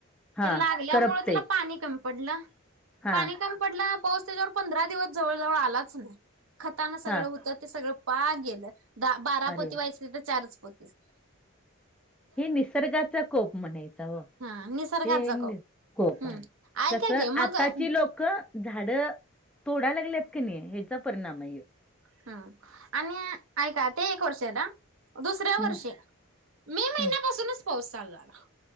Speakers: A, in the centre; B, on the right (about 70°).
A: हां,
B: ते लागल्यामुळे
A: करपते.
B: त्याला पाणी कमी पडलं
A: हां,
B: पाणी कमी पडला पाऊस त्याच्यावर पंधरा दिवस जवळ जवळ आलाच नाही खतानं सगळ
A: हां.
B: हुत ते सगळं पाक गेलं द बारा
A: अरे!
B: पोती व्हायचं तिथं चारच पोती झालं.
A: हे निसर्गाचा कोप म्हणायचा ओ.
B: हा निसर्गाचा
A: हे नि
B: कोप
A: कोप
B: हम्म
A: आहे
B: ऐका
A: कसं
B: की मग
A: आताची
B: हम्म
A: लोकं झाडं तोडायला लागल्यात क नाही ह्याचा परिणाम आहे यो.
B: हं आणि ऐका ते एक वर्ष ना दुसऱ्या
A: हं,
B: वर्षी मे महिन्यापासूनच
A: हं.
B: पाऊस चालू झाला.